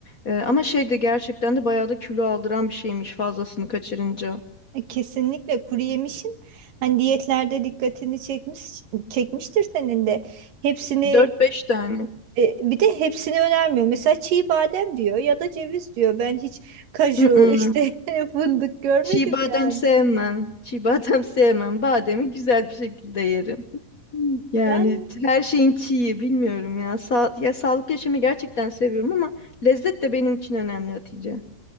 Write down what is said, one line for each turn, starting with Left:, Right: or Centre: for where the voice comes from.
Left: Ee, ama şey de gerçekten de bayağı da kilo aldıran bir şeymiş fazlasını kaçırınca.
Right: <laughs> kesinlikle kuru yemişin hani diyetlerde dikkatini çekmiş çekmiştir senin de. Hepsini
Left: Dört beş tane.
Right: E, bir de hepsini önermiyor. Mesela çiğ badem diyor ya da ceviz diyor. Ben hiç kaju
Left: Mm-mm.
Right: işte <laughs> fındık görmedim
Left: Çiğ badem
Right: yani.
Left: sevmem. Çiğ badem sevmem. Bademi güzel bir şekilde yerim. Hmm. Yani
Right: Yani
Left: her şeyin çiği bilmiyorum ya. Sa ya sağlıklı yaşamı gerçekten seviyorum ama lezzet de benim için önemli Hatice.